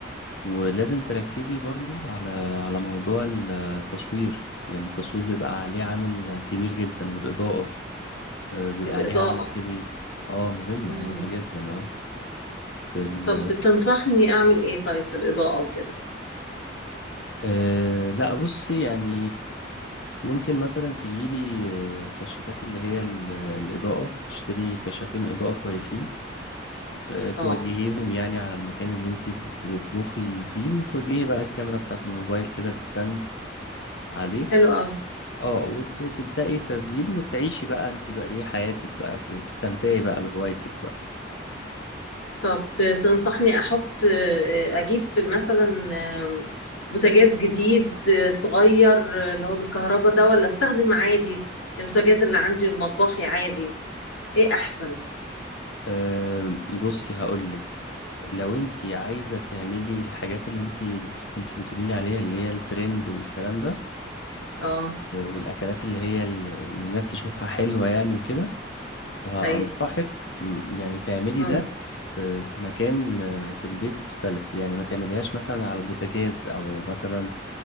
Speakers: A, on the left; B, on the left.
A: ولازم تركزي برضو على على موضوع التصوير يعني التصوير بيبقى عليه عامل كبير جدا والإضاءة آه، بيبقى
B: في الإضاءة
A: عليها عامل كبير اه مهمة
B: امم
A: مهمة جدا اه في ال
B: طب تنصحني أعمل إيه طيب في الإضاءة وكده
A: آه لا بصي يعني ممكن مثلا تجيبي آه، كشافات اللي هي ال- الإضاءة تشتري كشافين إضاءة كويسين آه، توجهيهم
B: أه
A: يعني على المكان اللي انت بتطبخي فيه وتوجهي بقى الكاميرا بتاعة الموبايل كده بستاند عليه
B: حلو أوي
A: اه وت- وتبدأي تسجيل وتعيشي بقى انت بقى ايه حياتك بقى تستمتعي بقى بهوايتك بقى
B: طب تنصحني احط اجيب مثلا بوتاجاز جديد صغير اللي هو بالكهرباء ده ولا استخدم عادي البوتاجاز اللي عندي في مطبخي عادي ايه احسن
A: أه بصي هقولك لو انت عايزة تعملي الحاجات اللي انت كنت بتقولي لي عليها اللي هي الترند والكلام ده
B: اه
A: آه، والاكلات اللي هي ال- اللي الناس تشوفها حلوة يعني وكده فأنصحك
B: ايوه
A: م، يعني تعملي
B: امم
A: ده في في مكان آه، في البيت مختلف يعني ما تعمليهاش مثلا على البوتاجاز او مثلا